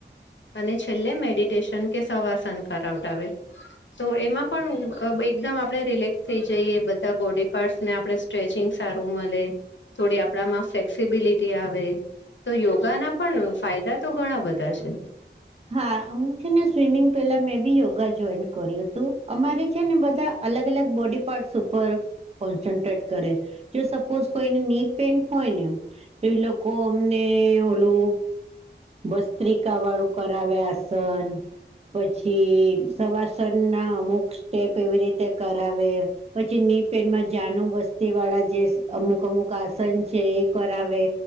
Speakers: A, on the left (about 80°); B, on the right (about 35°).
A: અને છેલ્લે મેડિટેશન કે સવાર સાંજ કરાવતા હોય તો એમાં પણ એકદમ આપડણે રિલેક્સ થઈ જઈએ બધા બોડી પાર્ટસને આપડે સ્ટ્રેચિંગ સારું મળે થોડી આપડામાં ફ્લેક્સિબિલિટી આવે. તો યોગાના પણ ફાયદા તો ઘણા બધા છે.
B: હા હું છે ને સ્વિમિંગ પેલા મે ભી યોગા જોઈન કર્યું તું અમારે છે ને બધા અલગ- અલગ બોડી પાર્ટ્સ ઉપર. કોન્સન્ટ્રેટ કરે જો સપોઝ કોઈને નીનપેઇન હોયને. એ લોકો અમને ઓલુ. વસ્ત્રિકાવાળું કરાવવા આસન પછી સવાસનના અમુક સ્ટેપ એવી રીતે કરાવે. પછીની પેનમાં જાનું બસ્તીવાળા જે અમુક- અમુક આસન છે એ કરાવે.